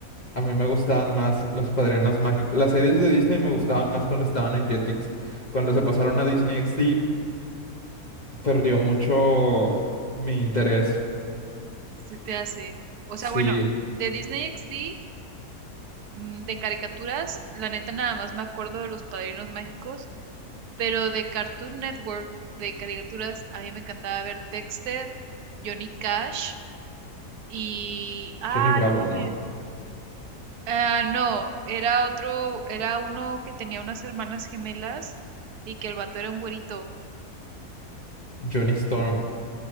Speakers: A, on the left; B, on the right.
A: a mí me gustaban más los padrinos mágicos. Las series de Disney me gustaban más cuando estaban en Jetix. Cuando se pasaron a Disney XD, perdió mucho mi interés.
B: se te hace. O
A: Sí,
B: sea, bueno, de Disney XD, mm, de caricaturas, la neta nada más me acuerdo de Los Padrinos Mágicos, pero de Cartoon Network, de caricaturas, a mí me encantaba ver Dexter, Johnny Cash y... Ah,
A: Johnny Bravo,
B: no mames.
A: ¿no?
B: Ah, no, era otro, era uno que tenía unas hermanas gemelas y que el vato era un güerito.
A: Johnny Storm.